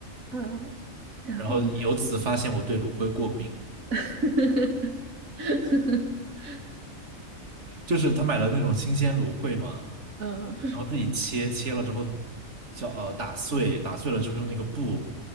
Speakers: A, on the right; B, on the right.
A: 嗯，然后呢？
B: 然后由此发现我对芦荟过敏。
A: <laughs>
B: 就是他买了那种新鲜芦荟嘛，
A: 嗯
B: 然后自己切，切了之后叫呃打碎，打碎了之后用那个布